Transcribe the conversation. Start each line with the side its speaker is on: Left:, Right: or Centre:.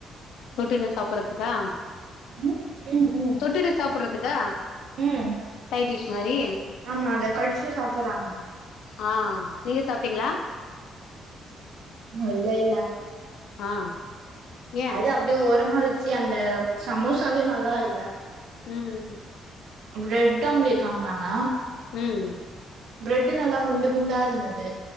Left: ஷுட்டிங்ல சாப்பட்றதுக்கா
Right: ம் ம் ம்
Left: தொட்டுட்டு சாப்பட்றதுக்கா
Right: ம்
Left: சைடிஷ் மாரி
Right: ஆமா அத கடிச்சு சாப்பட்றாங்க
Left: ஆ நீங்க சாப்ட்டீங்களா
Right: இன்னு இல்ல இல்ல
Left: ஆ ஏ
Right: அது அப்டியே ஓரமா வெச்சு அந்த சமோசாவே நல்லா இல்ல
Left: ம்
Right: ப்ரெட் ஆம்லெட் வாங்குனாங்க
Left: ம்
Right: பிரெட்டு நல்லா குண்டு குண்டா இருந்துது